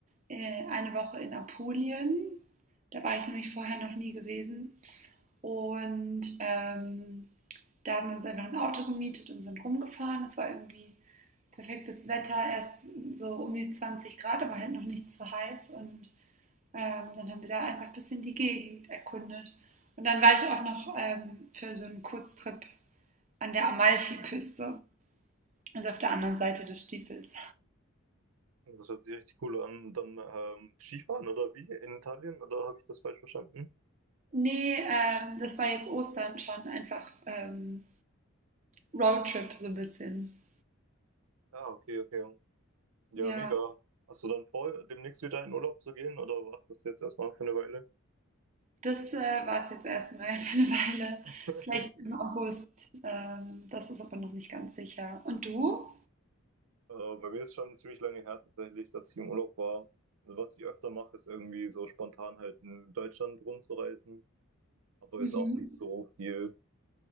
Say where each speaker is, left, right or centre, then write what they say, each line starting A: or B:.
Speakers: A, on the right; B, on the right.
A: äh, eine Woche in Apulien. Da war ich nämlich vorher noch nie gewesen. Und, ähm, da haben wir uns einfach ein Auto gemietet und sind rumgefahren. Es war irgendwie perfektes Wetter, erst so um die 20 Grad, aber halt noch nicht zu heiß. Und, ähm, dann haben wir da einfach ein bisschen die Gegend erkundet. Und dann war ich auch noch, ähm, für so einen Kurztrip an der Amalfiküste, also auf der anderen Seite des Stiefels.
B: Das hört sich richtig cool an. Dann ähm, Skifahren oder wie? In Italien oder habe ich das falsch verstanden?
A: Nee, ähm, das war jetzt Ostern schon einfach ähm, Roadtrip so ein bisschen.
B: Ja, okay, okay. Ja,
A: Ja,
B: mega. Hast du dann vor, demnächst wieder in Urlaub zu gehen oder warst das jetzt erstmal für eine Weile?
A: das äh, war es jetzt erstmal <laughs> für eine Weile.
B: <laughs>
A: Vielleicht im August. Ähm, das ist aber noch nicht ganz sicher. Und du?
B: Äh, bei mir ist schon ziemlich lange her tatsächlich, dass ich im Urlaub war. Also was ich öfter mache, ist irgendwie so spontan halt in Deutschland rumzureisen, aber
A: Mhm.
B: jetzt auch nicht so viel.